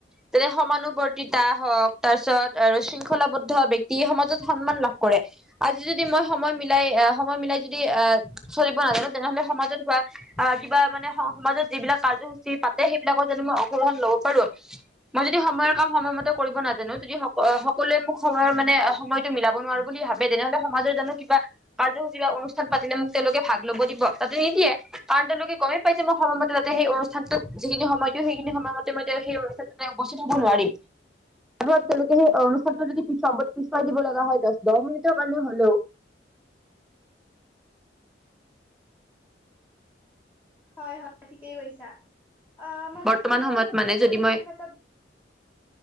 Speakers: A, in the centre; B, on the left.
A: যেনে সমানুবৰ্তিত হওঁক তাৰ পিছত আৰু শৃংখলাবদ্ধ ব্যক্তি সমাজত সন্মান লাভ কৰে আজি যদি মই সময় মিলাই এ সময় মিলাই যদি এ চলিব নাজানো তেনেহলে সমাজত হোৱা আহ কিবা মানে স সমাজত যিবিলাক কাৰ্যসূচী পাতে সে বিলাক যানো মই অংশগ্ৰহণ ল'ব পাৰোঁ মই যদি সময় কাম সময়মতে কৰিব নাজানো যদি স সকলোৱে মোক সময়ৰ মানে সময়তো মিলাব নোৱাৰোঁ বুলি ভাবে তেনেহ'লে স সমাজৰ জানো কিবা কাৰ্যসূচী বা অনুষ্ঠান পাতিলে মোক তেওঁলোকে ভাগ ল'ব দিব তাতো নিদিয়ে কাৰণ তেওঁলোকে গমেই পায় যে মই সময়মতে তাতে সেই অনুষ্ঠানটোত যিখিনি সময় দিওঁ সেইখিনি সময় মতে মই সেই অনুষ্ঠানটোতে উপস্থিত হ'ব নোৱাৰিম তপ তেওঁলোকে সেই অনুষ্ঠানটো যদি পিছুৱা পিছুৱাই দিব লগা হয় দহ দছ মিনিটৰ কাৰণে হ'লেও <inaudible>
B: হয় হয় ঠিকেই কৈছা অ মানে
A: বৰ্তমান
B: সময়
A: সময়ত
B: আৰু সফলতাৰ
A: মানে যদি
B: মাজত
A: মই
B: মানে এটা